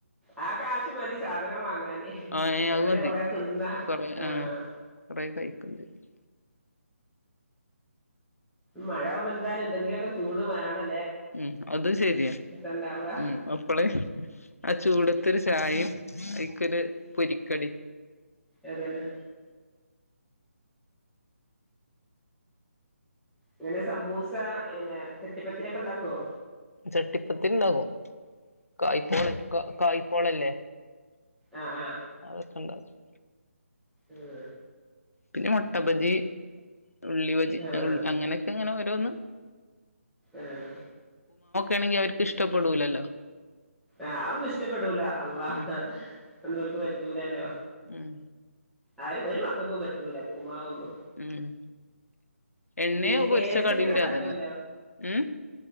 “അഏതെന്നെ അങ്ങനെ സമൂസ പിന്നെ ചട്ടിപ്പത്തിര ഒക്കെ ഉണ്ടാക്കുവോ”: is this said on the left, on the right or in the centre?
Centre